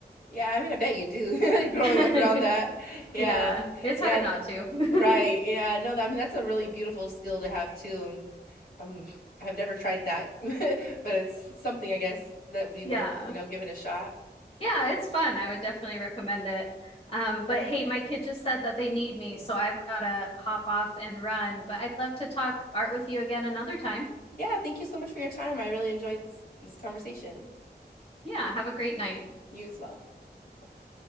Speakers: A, on the left; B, on the left.
A: Yeah, I mean, I bet you do. <laughs> Growing
B: <laughs>
A: up around that, yeah,
B: Yeah, it's
A: yeah,
B: hard not to. <laughs>
A: right, yeah. No, that, I mean that's a really beautiful skill to have too. And um, I've never tried that, <laughs> but it's something I guess that would be
B: Yeah.
A: worth you know giving a shot.
B: Yeah, it's fun. I would definitely recommend it. Um, but hey, my kid just said that they need me, so I've got to hop off and run. But I'd love to talk art with you again another time.
A: Yeah, thank you so much for your time. I really enjoyed this, this conversation.
B: Yeah, have a great night.
A: You as well. Bye-bye.